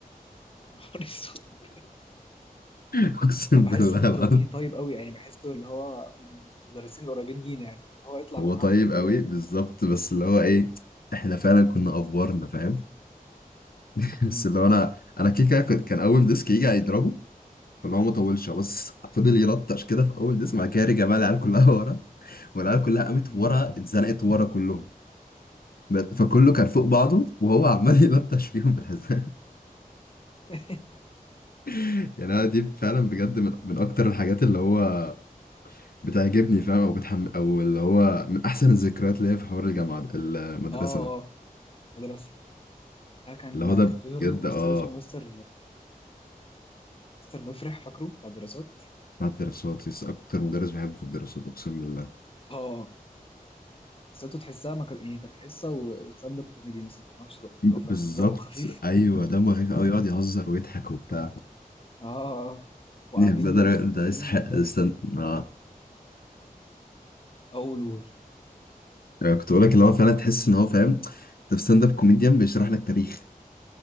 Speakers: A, on the left; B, on the left.
A: يا نهار أسود.
B: <laughs> اقسم
A: كان بحس
B: بالله
A: مستر
B: العظيم
A: وجيهي طيب قوي يعني بحسه اللي هو من المدرسين القريبين لينا يعني فهو يطلع
B: هو
A: منه
B: طيب
A: حاجه زي
B: قوي
A: كده
B: بالظبط بس اللي هو ايه احنا فعلا كنا افورنا فاهم <laughs>
A: مم.
B: بس اللي هو انا انا كده كده كنت- كان اول ديسك يجي هيضربه اللي هو ما طولش هو بس فضل يلطش كده في اول ديسك بعد كده رجع بقى العيال كلها <laughs> ورا والعيال كلها قامت
A: مم.
B: ورا اتزنقت ورا كلهم ب-
A: مم.
B: فكله كان فوق بعضه وهو عمال <laughs> يلطش فيهم بالحزام
A: <laughs>
B: <laughs> يعني انا دي فعلا بجد من, من اكتر الحاجات اللي هو بتعجبني فاهم او بتحم او اللي هو من احسن الذكريات اللي هي في حوار الجامعه ده- المدرسه
A: اه
B: ده
A: اه مدرسه آه، كان
B: اللي هو ده
A: كان في برضه
B: بجد
A: مستر
B: اه
A: اسمه مستر مستر مفرح فاكره بتاع الدراسات
B: مع الدراسات يس اكتر مدرس بحبه في الدراسات اقسم بالله
A: اه قصته تحسها ما كان يعني كانت حصه و- وستاند اب كوميدي مثلا في نفس الوقت
B: بالظبط
A: اللي هو فاهم دمه خفيف
B: ايوه دمه خفيف قوي يقعد يهزر ويضحك وبتاع
A: اه اه آه، وقاعدين
B: يعني بجد الراجل
A: مستمتعين
B: ده يستحق
A: وبتاع
B: استنى اه
A: اول اول
B: يعني كنت بقول لك اللي هو فعلا تحس ان هو فاهم انت في ستاند اب كوميديان بيشرح لك تاريخ